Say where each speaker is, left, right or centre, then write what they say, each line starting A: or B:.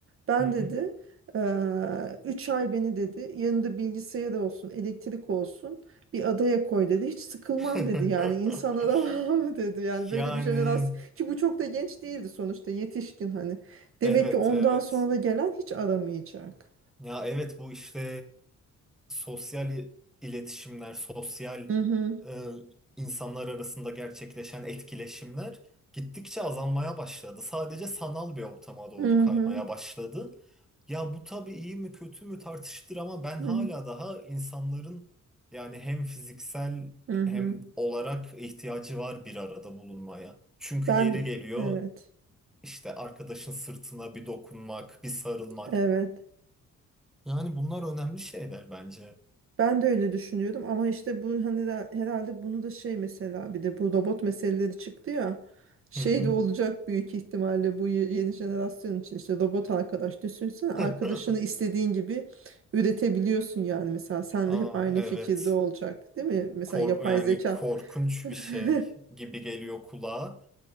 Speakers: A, on the right; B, in the centre.
A: Ben
B: Hı hı.
A: dedi eee 3 ay beni dedi yanında bilgisayar olsun elektrik olsun bir adaya koy dedi hiç sıkılmam
B: <laughs>
A: dedi yani insan aramam <laughs> dedi yani böyle
B: Yani
A: bir jenerasyon ki bu çok da genç değildi sonuçta yetişkin hani demek
B: evet
A: ki ondan
B: evet.
A: sonra gelen hiç aramayacak.
B: Ya evet bu işte e, sosyal i- iletişimler, sosyal
A: Hı hı
B: e, insanlar arasında gerçekleşen etkileşimler gittikçe azalmaya başladı. Sadece sanal bir ortama doğru
A: hı
B: kaymaya
A: hı
B: başladı. Ya bu tabii iyi mi kötü mü tartışılır ama ben
A: hı
B: hala
A: hı.
B: daha insanların yani hem fiziksel
A: hı hı.
B: hem olarak ihtiyacı var bir arada bulunmaya. Çünkü
A: Ben
B: yeri geliyor
A: evet
B: işte arkadaşın sırtına bir dokunmak, bir sarılmak.
A: evet.
B: Yani bunlar önemli şeyler bence.
A: Ben de öyle düşünüyordum ama işte bu hani de- herhalde bunu da şey mesela bir de bu robot meseleleri çıktı ya şey
B: Hı hı.
A: de olacak büyük ihtimalle bu ye- yeni jenerasyon için işte robot arkadaş düşünsene arkadaşını
B: <laughs>
A: istediğin gibi üretebiliyorsun yani mesela senle
B: Ah
A: hep aynı
B: evet.
A: fikirde olacak değil mi? Mesela
B: Kor
A: yapay
B: yani
A: zeka
B: korkunç
A: <laughs>
B: bir şey gibi geliyor kulağa.